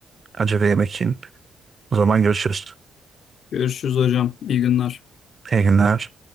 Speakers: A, on the right; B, on the left.
A: Acaba yemek yiyin. O zaman görüşürüz.
B: Görüşürüz hocam. İyi günler.
A: İyi günler.